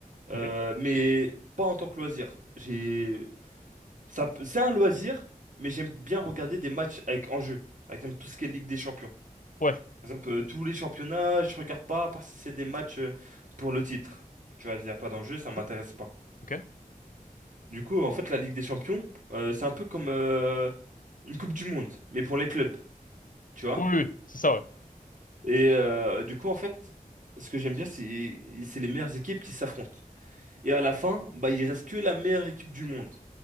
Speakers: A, on the right; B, on the left.
A: Euh,
B: Ok.
A: mais pas en tant que loisir. J'ai... Ça, peut- c'est un loisir, mais j'aime bien regarder des matchs avec enjeu. Par exemple, tout ce qui est Ligue des Champions.
B: Ouais.
A: Par exemple, euh, tous les championnats, je regarde pas, à part si c'est des matchs euh, pour le titre. Tu vois, il n'y a pas d'enjeu, ça
B: Cou-
A: m'intéresse pas.
B: Ok.
A: Du coup, en fait, la Ligue des Champions, euh, c'est un peu comme euh, une Coupe du Monde, mais pour les clubs, tu vois.
B: Oui, oui, oui, c'est ça, ouais.
A: Et euh, du coup, en fait, ce que j'aime bien, c'est c'est les meilleures équipes qui s'affrontent. Et à la fin, bah, il reste que la meilleure équipe du monde.